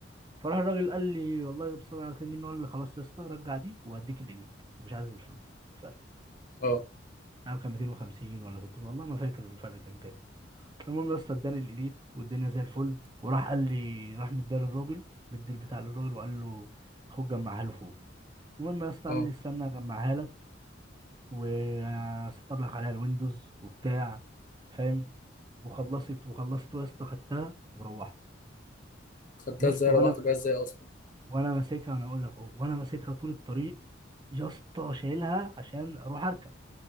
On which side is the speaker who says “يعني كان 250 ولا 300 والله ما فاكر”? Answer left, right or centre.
Right